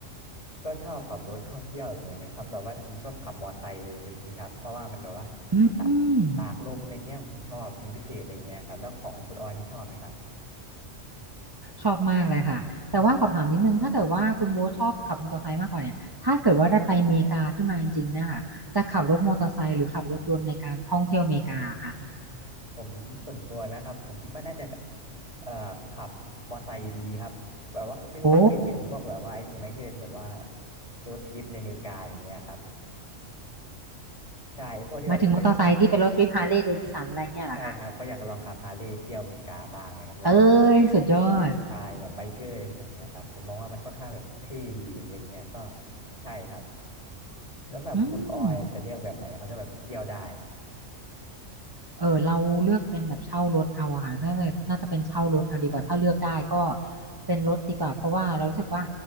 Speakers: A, on the left; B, on the right.
A: ก็ชอบขับรถท่องเที่ยวอยู่เหมือนกันครับแบบว่าผมชอบขับมอไซค์อะไรอย่างนี้ครับเพราะว่ามันแบบว่า
B: อืม
A: ตากตากลมอะไรเงี้ยผมชอบเป็นพิเศษอะไรเงี้ยครับแล้วของคุณออยนี่ชอบไหมครับ
B: ชอบมากเลยค่ะแต่ว่าสอบถามนิดนึงถ้าเกิดว่าคุณโบ๊ทชอบขับมอเตอร์ไซค์มากกว่าเนี่ยถ้าเกิดว่าได้ไปอเมริกาขึ้นมาจริงๆเนะคะจะขับรถมอเตอร์ไซค์หรือขับรถยนต์ในการท่องเที่ยวอเมริกาค่ะ
A: ผมส่วนตัวนะครับผมคิดว่าน่าจะเอ่อขับมอไซค์อยู่ดีครับแบบว่าไม่รู้ว่าเคยเห็นพวกแบบว่าไอ้นี่ไหมที่เป็นแบบว่า
B: โอ้
A: โรดทริปในอเมริกาอย่างเงี้ยครับใช่พวกที่แบบเป็น
B: หมายถึงมอเตอร์ไซค์ที่เป็นรถทริปฮาร์เลย์เดวิสันอะไรเงี้ยเหรอคะ
A: ใช่ครับก็อยากลองขับฮาร์เลย์เที่ยวอเมริกาบ้างนะครับแล้วไป
B: เอ้ยสุดยอด
A: พายแบบไบเกอร์อะไรพวกเนี้ยครับผมมองว่ามันค่อนข้างแบบเท่ดีอะไรเงี้ยก็ใช่ครับ แล้วแบบคุณออยจะเลือกแบบไหนครับถ้าแบบเที่ยวได้
B: อืม เออเราเลือกเป็นแบบเช่ารถเอาอะค่ะน่าจะน่าจะเป็นเช่ารถเอาดีกว่าถ้าเลือกได้ก็เป็นรถดีกว่าเพราะว่าเรารู้สึกว่า